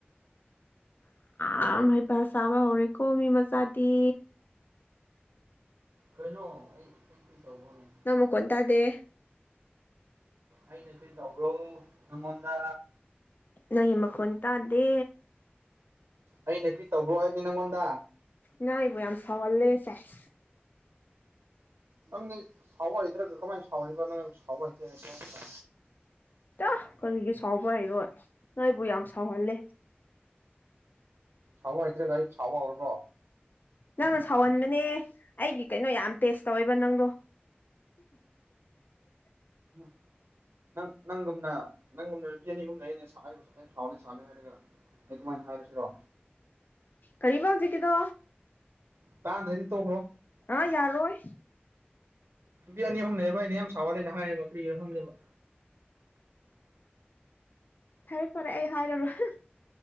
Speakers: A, on the left; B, on the right.
A: ꯌꯥꯝ ꯍꯩꯄꯥ ꯁꯥꯕ ꯍꯧꯔꯦꯀꯣ ꯃꯤ ꯃꯆꯥꯗꯤ
B: ꯀꯩꯅꯣ ꯑꯩ ꯑꯩ ꯀ꯭ꯔꯤ ꯇꯩꯕ꯭ꯔꯣꯅꯦ
A: ꯅꯪ ꯃꯈꯣꯟ ꯇꯥꯗꯦ
B: ꯑꯩꯅ ꯀ꯭ꯔꯤ ꯇꯧꯕ꯭ꯔꯣ ꯅꯪꯉꯣꯟꯗ
A: ꯅꯪꯒꯤ ꯃꯈꯣꯟ ꯇꯥꯗꯦ
B: ꯑꯩꯅ ꯀ꯭ꯔꯤ ꯇꯧꯕ꯭‍‌ꯔꯣ ꯍꯥꯏꯕꯅꯤ ꯅꯪꯉꯣꯟꯗ
A: ꯅꯥ ꯑꯩꯕꯨ ꯌꯥꯝ ꯁꯥꯎꯍꯜꯂꯦ ꯁꯦꯁ
B: ꯅꯪꯅꯤ ꯁꯥꯎꯕ ꯍꯩꯇ꯭ꯔꯒ ꯀꯃꯥꯏ ꯁꯥꯎꯔꯤꯕ ꯅꯪ ꯁꯥꯎꯕ ꯍꯩꯇꯦ ꯍꯩꯇꯦ ꯍꯥꯏꯔꯒ
A: ꯇꯥ ꯀꯔꯤꯒꯤ ꯁꯥꯎꯕ ꯍꯩꯔꯣꯏ ꯅꯪ ꯑꯩꯕꯨ ꯌꯥꯝ ꯁꯥꯎꯍꯜꯂꯦ
B: ꯁꯥꯎꯕꯥ ꯍꯩꯇ꯭ꯔꯥꯒ ꯑꯩꯕꯨ ꯁꯥꯎꯕ ꯍꯧꯔꯕ꯭ꯔꯣ
A: ꯅꯪꯅ ꯁꯥꯎꯍꯟꯕꯅꯦ ꯑꯩꯒꯤ ꯀꯩꯅꯣ ꯌꯥꯝ ꯇꯦꯁ ꯇꯧꯋꯦꯕ ꯅꯪꯗꯣ
B: ꯍꯩꯃ ꯅꯪ ꯅꯪꯒꯨꯝꯅ ꯅꯪꯒꯨꯝꯅ ꯅꯨꯄꯤ ꯑꯅꯤ ꯑꯍꯨꯝ ꯂꯩꯌꯦꯅꯦ ꯁꯥꯎ ꯑꯩꯕꯨ ꯁꯥꯎ __ ꯁꯥꯎꯅꯤ ꯁꯥꯎꯅꯤ ꯍꯥꯏꯔꯒ ꯑꯩ ꯀꯃꯥꯏꯟ ꯊꯥꯖꯁꯤꯔꯣ
A: ꯀꯩꯔꯤꯕ ꯍꯧꯖꯤꯛꯀꯤꯗꯣ
B: ꯇꯥꯟꯗ꯭ꯔꯗꯤ ꯇꯣꯛꯈ꯭ꯔꯣ
A: ꯥꯑꯥ ꯌꯥꯔꯣꯏ
B: ꯅꯨꯄꯤ ꯑꯅꯤ ꯑꯍꯨꯝ ꯂꯩꯌꯦꯕ ꯑꯩꯅ ꯌꯥꯝ ꯁꯥꯎꯍꯜꯂꯦꯅ ꯍꯥꯏꯌꯦꯕ ꯀ꯭ꯔꯤꯒꯤꯔꯥ ꯈꯪꯗꯦꯕ
A: ꯐꯔꯦ ꯐꯔꯦ ꯑꯩ ꯍꯥꯏꯔꯔꯣꯏ